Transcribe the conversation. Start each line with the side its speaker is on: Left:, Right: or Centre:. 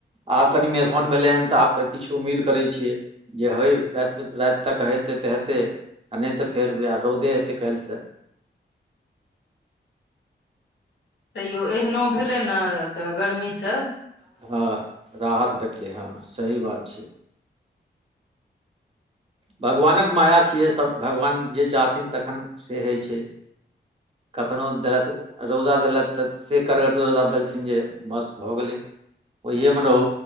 Right: आब कनि मेघन भेलै हन तऽ आब किछु उम्मीद करै छियै। जे होइ रातिमे राति तक हेतै तऽ हेतै आ नहि तऽ फेर उएह रौदे हेतै काल्हिसँ
Left: तैयो एहनो भेलै ने तऽ गर्मीसँ
Right: हँ राहत भेटलै हँ सही बात छै। भगवानक माया छियै सभ भगवान जे चाहथिन तखन से होइ छै। कखनो देत रौदा देलैथ तऽ से करगर रौदा देलखिन जे बस भऽ गेलै। ओहिेये मे रहू